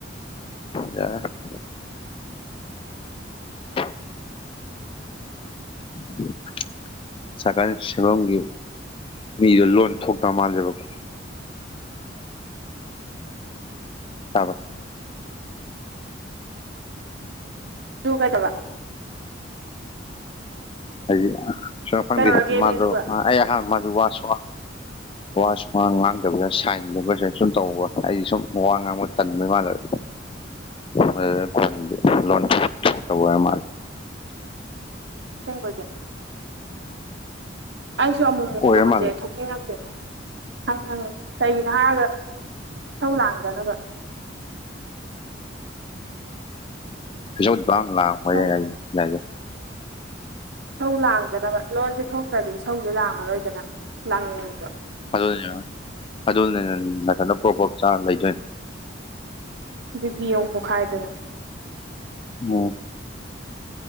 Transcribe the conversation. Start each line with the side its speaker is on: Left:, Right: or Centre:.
Left: ꯌꯔꯦ <inaudible> <inaudible> <inaudible> ꯁꯥꯢꯀꯥꯜ ꯁꯦꯝꯐꯝꯒꯤ ꯃꯤꯗꯣ ꯂꯣꯟ ꯊꯣꯛꯇꯕ ꯃꯥꯜꯂꯦꯕꯀꯣ ꯇꯥꯕꯔꯥ
Right: ꯑꯗꯣ ꯀꯩꯗꯧꯕ
Left: ꯍꯥꯏꯗꯤ ꯁ ꯈꯪꯗꯦ
Right: ꯀꯩꯗꯧꯔꯒꯦꯃꯤ
Left: ꯃꯥꯗꯣ
Right: ꯑꯗꯨꯒ
Left: ꯑꯩ ꯑꯍ ꯃꯥꯁꯨ ꯋꯥꯁꯨ <inaudible> ꯋꯥ ꯁꯨ ꯋꯥ ꯉꯥꯡꯗꯕꯗꯅ ꯁꯥꯏꯟ ꯂꯦꯡꯒ꯭ꯋꯦꯖ ꯁꯨꯝ ꯇꯧꯕꯧꯕ ꯑꯩꯗꯤ ꯁꯨꯝ ꯋꯥ ꯉꯥꯡꯕ ꯇꯟꯕꯩ ꯃꯥꯟꯂꯨꯔꯦ <inaudible> ꯑꯗꯨꯗ ꯀꯣꯟꯗꯗꯤ ꯂꯣꯟ ꯊꯣꯛꯇꯕ ꯑꯣꯏꯔ ꯃꯥꯜꯂꯦ <inaudible>
Right: ꯁꯦꯡꯕꯒꯤ ꯑꯩꯁꯨ ꯑꯃꯨꯛꯃꯨꯛ
Left: ꯑꯣꯏꯔ
Right: ꯂꯣꯟꯁꯦ
Left: ꯃꯥꯜꯂꯦ
Right: ꯊꯣꯛꯅꯤꯡꯉꯛꯇꯦꯕ ꯍꯪ ꯍꯪ ꯀꯩꯒꯤꯅꯣ ꯍꯥꯏꯔꯒ ꯏꯁꯧ ꯂꯥꯡꯗꯅꯕ
Left: ꯏꯁꯧꯕꯨ ꯄꯪꯂꯥꯡ
Right: ꯏꯁꯧ
Left: ꯂꯥꯡꯕ ꯌꯥꯏ
Right: ꯏꯁꯧ ꯂꯥꯡꯗꯅꯕ ꯂꯣꯟꯁꯦ ꯊꯣꯛꯇ꯭ꯔꯗꯤ ꯏꯁꯧꯁꯦ ꯂꯥꯡꯉꯔꯣꯏꯗꯅ ꯂꯥꯡꯅꯤꯡꯉꯁꯨ
Left: ꯑꯗꯨꯗꯤ ꯑꯗꯨꯗꯤ ꯅꯊꯟꯗ ꯄ꯭ꯔꯣꯛ ꯄ꯭ꯔꯣꯛ ꯆꯛꯑꯒ ꯂꯩꯗꯣꯏꯅꯦ
Right: ꯕꯤ ꯄꯤ ꯑꯣꯏꯅ ꯄꯣꯛꯈꯥꯏꯗꯅ
Left: ꯑꯣ